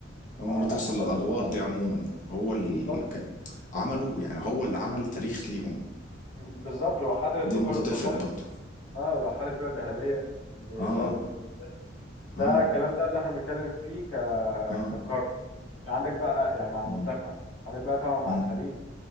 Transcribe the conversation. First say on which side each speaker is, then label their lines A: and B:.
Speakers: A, on the left; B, on the left.
A: أول
B: اه
A: مرة توصل
B: لا كرواتيا
A: للأدوار
B: آه،
A: دي عموما هو اللي
B: بالظبط
A: عمله يعني هو اللي عمل تاريخ ليهم
B: بالظبط وراح خد ال-
A: دي نقطة
B: خد
A: تفرق
B: خد-
A: برضو
B: اه وراح خد الكرة الذهبية بسبب
A: آه
B: الميسي ده ده
A: آه
B: الكلام ده اللي احنا بنتكلم فيه ك
A: آه
B: ككارت عندك بقى يعني مع المنتخب
A: مم.
B: عندك بقى طبعا مع
A: مم.
B: الفريق